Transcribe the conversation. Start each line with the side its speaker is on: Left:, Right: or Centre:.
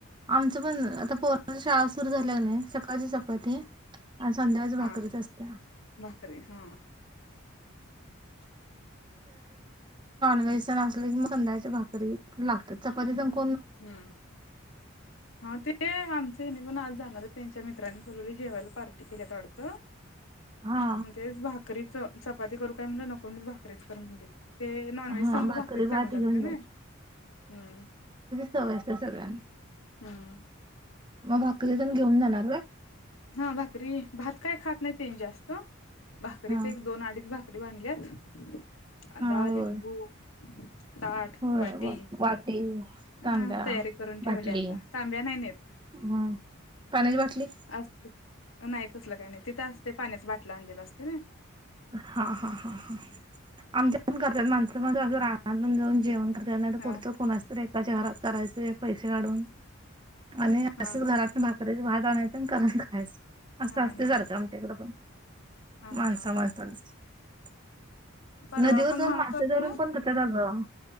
Right: आमचं पण आता पोराची शाळा सुरू झाल्या कनीनाही सक. सकाळची चपती आणि संध्याकाळची
Left: हा
Right: भाकरीच असत्या.
Left: भाकरी हा <unintelligible>
Right: बेसन आसल कि मग सध्याकाळच भाकरी लागत्यात चपाती जमत.
Left: हम्म हा ते आमचे नि मी पण आज जाणार आहे त्यांच्या मित्रांनी बोलवलय जेवायला पार्टी केल्यात वाटतं.
Right: हा
Left: म्हणजेच भाकरीच. चपाती करू काय म्हटलं नको भाकरीच कर म्हणलित ते नॉनव्हेज
Right: हा
Left: संघ
Right: भाकरी
Left: भाकरीच
Right: भात
Left: चांगली लागत्या
Right: घेऊन
Left: नह्हि
Right: जाणार
Left: हम्म.
Right: चव असत सगळ्यां
Left: हां
Right: मग भाकरी तेन घेऊन जाणार होय.
Left: हा भाकरी भात काय खात नाहीते जास्त. भाकरीच
Right: हा
Left: एक दोन अडीच भाकरी. री बांधल्यात.. कांंदा
Right: हा होय
Left: लिंबू. <inaudible> ताट
Right: होय
Left: वाटी
Right: वाटी
Left: अ
Right: तांब्या
Left: तयारी करून
Right: बाटली
Left: ठेवल्या आता तांब्या नाही नाहीेत
Right: हम्म पाण्याची बाटली
Left: अस. नाही तसलं काही नाही तिथं असते पाण्याचं बाटली. आणलेला असते नाय.
Right: हा हा हा हा आमच्या. ण करतात माणसं अस रा आणून जाऊन जेवण. तर
Left: हा
Right: पुढचं कोणाच तर एकाच्या घरात करायच. पैसे काढून. आणि
Left: हा
Right: असंच घरात भाकरी भात आणायचं करून खायच असं
Left: हा
Right: असते
Left: हा
Right: सारखं आमच्याकडे पण
Left: हा
Right: माणसा
Left: हा.
Right: माणस <inaudible>
Left: परवा
Right: नदीवर
Left: पण
Right: जाऊन
Left: म्हणत
Right: मासे
Left: होते
Right: धरून पण करतात अगं.